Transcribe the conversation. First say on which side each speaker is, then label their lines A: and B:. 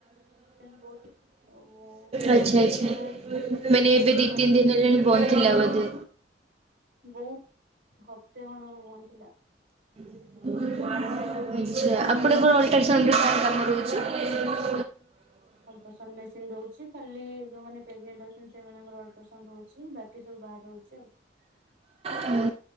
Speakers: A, on the right (about 80°); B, on the right (about 35°).
A: ଆରେ ବୋଉ ମୋ ଭଉଣୀକୁ
B: ଆଚ୍ଛା ଆଚ୍ଛା
A: ବି ଜର ହେଇଛି।
B: ମାନେ ଏବେ
A: ତାକୁ
B: ଦିଇ
A: ଆଣି
B: ତିନ
A: ଘରେ
B: ଦିନ
A: ଛାଡିକି
B: ହେଲାଣି ବନ୍ଦ ଥିଲା ବୋଧେ।
A: ବହୁତ୍ ହପ୍ତେ ଖଣ୍ଡେ ହବ ଥିଲା।
B: ଆଚ୍ଛା ଆପଣଙ୍କର ଅଲଟ୍ରାସାଉଣ୍ଡ୍ <unintelligible> ରହୁଛି?
A: ଅଲଟ୍ରାସାଉଣ୍ଡ୍ ମେସିନ୍ ରହୁଛି ଖାଲି ଯୋଉମାନେ ପେଗ୍ ନେଟ୍ ଅଛନ୍ତି ସେମାନଙ୍କର ଅଲଟ୍ରାସାଉଣ୍ଡ ହଉ ଚି ବାକି ସବୁ ବାହାରେ ହୋଉଛି ଆଉ
B: ହଁ